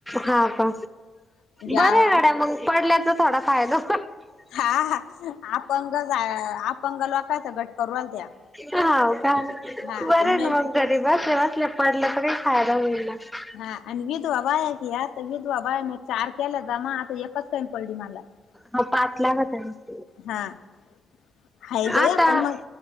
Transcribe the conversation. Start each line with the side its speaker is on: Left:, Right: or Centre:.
Centre: हा का
Left: या
Centre: बर गड्या मग पडल्याचा थोडा फायदा पण! !!
Left: हा हा अपंग अपंग लोकायचं गट करू राहिल्या त्या
Centre: हा का बरं
Left: हा आणि
Centre: न
Left: मी
Centre: मग! !! घरी बसल्या बसल्या पडल्याचा तर काही फायदा होईल ना! !!
Left: हा आणि विधवा बाया की या तर विधवा बाया म चार केला जमा आता एकच कमी पडली मला! !
Centre: हा पाच लागत्या! !!
Left: हा! !! हा ग
Centre: आता
Left: पण मग